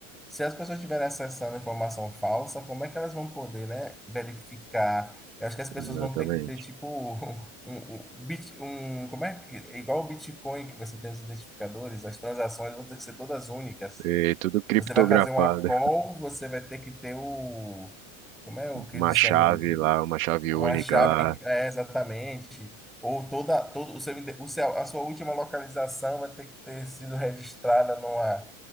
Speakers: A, in the centre; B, on the right.
A: se as pessoas estiverem acessando informação falsa, como é que elas vão poder, né, verificar? Eu acho que as pessoas
B: exatamente.
A: vão ter que ter, tipo, <laughs> um, um, bit- um- como é que, é igual o Bitcoin, que você tem os identificadores, as transações vão ter que ser todas únicas.
B: E tudo criptografado.
A: Você vai fazer uma call, você vai ter que ter o, como é o que
B: Uma
A: eles
B: chave
A: chamam de
B: lá, uma chave
A: uma
B: única
A: chave,
B: lá.
A: é, exatamente. Ou toda, todo o seu, ide- o seu- a sua última localização vai ter que ter sido registrada numa,